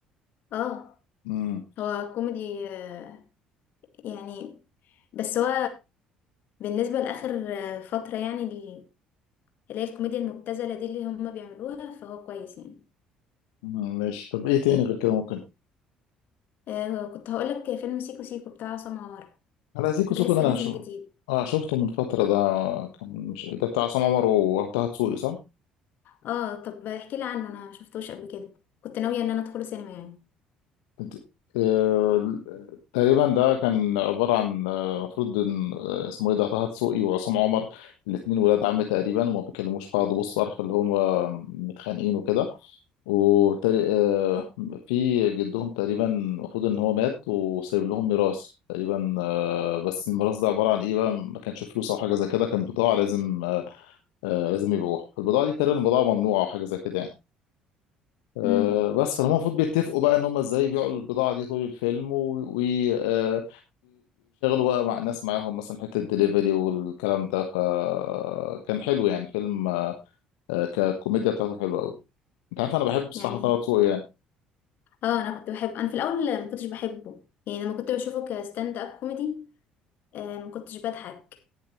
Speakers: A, on the left (about 50°); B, on the left (about 65°).
A: اه
B: امم
A: هو كوميدي آه، يعني بس هو بالنسبة لآخر آه، فترة يعني ال- اللي هي الكوميديا المبتذلة دي اللي هما بيعملوها فهو كويس يعني
B: أمم، ماشي طب ايه تاني غير كده ممكن
A: آه كنت هقولك فيلم سيكو سيكو بتاع عصام عمر
B: انا زيكو
A: ده
B: سيكو
A: لسه
B: ده انا
A: نازل
B: شو...
A: جديد
B: اه شفته من فتره ده كان مش ده بتاع عصام عمر وطه دسوقي صح
A: اه طب احكي لي عنه انا مشفتوش قبل كده كنت ناوية ان انا ادخله سينما يعني
B: انت آه... تقريبا ده كان عباره عن آه، المفروض ان آه، اسمه ايه ده طه دسوقي وعصام عمر الاثنين ولاد عم تقريبا وما بيكلموش بعض بص عارف اللي هم متخانقين وكده وتري... آه، في جدهم تقريبا المفروض ان هو مات وسايب لهم ميراث تقريبا آه، بس الميراث ده عباره عن ايه بقى ما كانش فلوس او حاجه زي كده كان بضاعه لازم آه، آه، لازم يبيعوها البضاعه دي تقريبا بضاعه ممنوعه او حاجه زي كده يعني آه،
A: امم
B: بس فهم المفروض بيتفقوا بقى ان هم ازاي يبيعوا البضاعه دي طول الفيلم ويشغلوا بقى مع ناس معاهم مثلا حته الدليفري والكلام ده فكان حلو يعني فيلم آه، ككوميديا بتاعته حلوه قوي انت عارف انا بحب بصراحه
A: يعني
B: طه دسوقي يعني
A: اه انا كنت بحب انا في الاول ما كنتش بحبه يعني لما كنت بشوفه كستاند اب كوميدي آه ما كنتش بضحك